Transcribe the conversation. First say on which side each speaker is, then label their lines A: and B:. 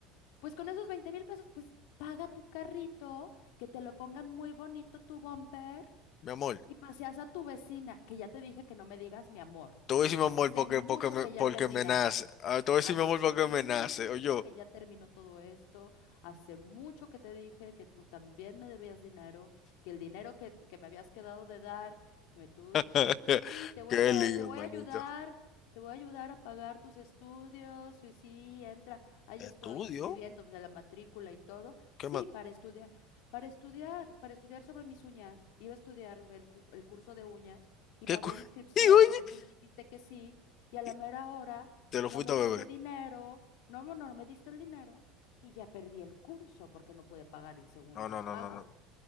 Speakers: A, on the left; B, on the left.
A: Pues con esos veinte mil pesos, pues paga tu carrito, que te lo pongan muy bonito tu bumper
B: Mi amor,
A: y paseas a tu vecina, que ya te dije que no me digas mi amor.
B: te voy a decir mi
A: Hace
B: amor porque,
A: mucho
B: porque, me,
A: que
B: porque
A: ya terminamos,
B: me nace. Ah, te voy a decir
A: hace
B: mi amor porque
A: mucho
B: me nace. Oye,
A: que ya terminó todo esto, hace mucho que te dije que tú también me debías dinero, que el dinero que, que me habías quedado de dar, me, tú dijiste,
B: <laughs>
A: sí, te voy
B: qué
A: a quedar,
B: lío,
A: te voy
B: manito.
A: a ayudar. Te voy a ayudar a pagar tus estudios, y sí, entra, ahí estoy
B: Estudio.
A: inscribiendo de la matrícula y todo. Sí,
B: ¿Qué más?
A: para estudiar. Para estudiar, para estudiar sobre mis uñas, iba a estudiar el, cu- el curso de uñas y
B: ¿Qué
A: pagué
B: cu- <laughs>
A: la inscripción
B: Y oye,
A: porque tú me dijiste que sí y a la
B: y
A: mera hora
B: te lo
A: no
B: fuiste
A: me
B: a
A: diste
B: beber.
A: dinero, no, no, no me diste el dinero y ya perdí el curso porque no pude pagar el segundo
B: No, no,
A: pago.
B: no, no, no.